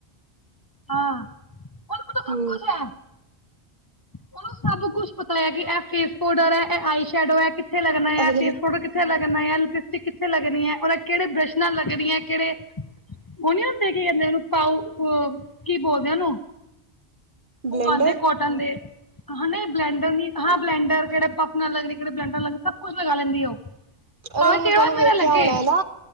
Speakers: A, on the left; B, on the right.
A: ਹਾਂ, ਤਾਂ ਸਭ
B: ਹੂੰ,
A: ਕੁਛ ਹੈ ਉਹਨੂੰ ਸਭ ਕੁਛ ਪਤਾ ਹੈ ਕਿ ਇਹ ਫੇਸ ਪਾਊਡਰ ਹੈ ਇਹ ਆਈ ਸ਼ੈਡੋ ਹੈ, ਕਿੱਥੇ ਲਗਣਾ ਆ
B: ਅਰੇ
A: ਫੈਸ਼ਨ ਪੋਡਰ ਕਿੱਥੇ ਲਗਣਾ ਐ। ਲਿਪਸਟਿਕ ਕਿੱਥੇ ਲੱਗਣੀ ਹੈ, ਉਹਦਾ ਕਿਹੜੇ ਬ੍ਰਸ਼ਨਾਂ ਲੱਗਣੀ ਆਂ ਕਿਹੜੇ ਉਹ ਨੀ ਹੁੰਦੇ ਕੀ ਕਦੇ ਉਹਨੂੰ ਪਾਓ ਕੀ ਬੋਲਦੇ ਐ ਉਨੂੰ
B: ਬਲੈਂਡਰ
A: ਉਹ ਆਦੇ ਕੋਟਨ ਦੇ, ਹਾਂ ਨਹੀਂ ਬਲੈਂਡਰ ਨੀ ਹਾਂ ਬਲੈਂਡਰ ਕਿਹੜੇ ਪੱਪ ਨਾਲ ਲੱਗਣੇ ਕਿਹੜੇ ਬਲੈਂਡਰ ਲੱਗਣੇ ਸਭ ਕੁਛ ਲਗਾ ਲੈਂਦੀ ਉਹ
B: ਅਰੇ
A: ਭਾਵੇਂ
B: ਔਨੇ
A: ਟੇੜਾ
B: ਤੁਹਾਨੂੰ
A: ਮੇੜਾ
B: ਵੇਖਿਆ
A: ਲੱਗੇ
B: ਹੋਣਾ ਨਾ